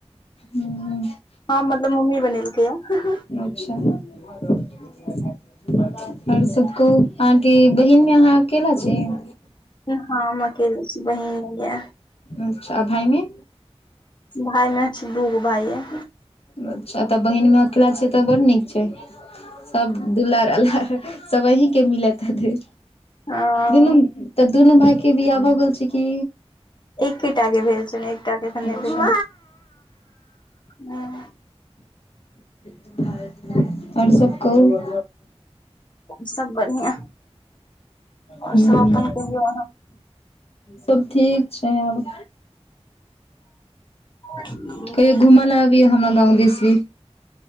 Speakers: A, on the left; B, on the left.
A: हूँ
B: हँ मतलब मम्मी बनेलकैए
A: अच्छा आओर सब कहुं, अहाँके बहिनमे अहाँ अकेला छी। <inaudible>
B: हँ हम‌ अकेले छी बहिन ‍नहि यैं।
A: अच्छा आ भायमे
B: भाइ मे अइछ दूगो भाइ यैं।
A: अच्छा त बहिन मे अकेला छियै तऽ बड़ नीक छै, सब दुलार -अलार सब अहीं के मिलत हथतै
B: हँ
A: दुनू तऽ दुनू भाय के बियाह भ गेल छै कि।
B: एकेटा के भेल छैन। एकटा के अखन नहि
A: अच्छा
B: भेल हन‌।
A: आओर सब कहुं।
B: और सब बढ़िआँ और
A: हम्म
B: सब अपन कहियौ
A: सब ठीक छै आब।
B: अहाँ
A: कहियो घुमलऽ अबीये हमरा गाँव दिस भी,